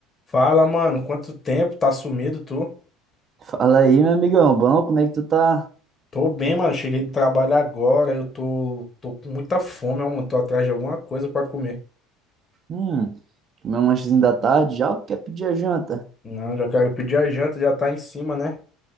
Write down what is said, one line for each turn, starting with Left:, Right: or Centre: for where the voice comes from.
Left: Fala, mano, quanto tempo? Tá sumido, tu?
Right: Fala aí, meu amigão, bom? Como é que tu tá?
Left: Tô bem, mano. Cheguei do trabalho agora. Eu tô, tô com muita fome, ó, mano. Tô atrás de alguma coisa pra comer.
Right: Hum, comer um lanchezinho da tarde, já ou tu quer pedir a janta?
Left: Não, já quero pedir a janta, já tá em cima, né?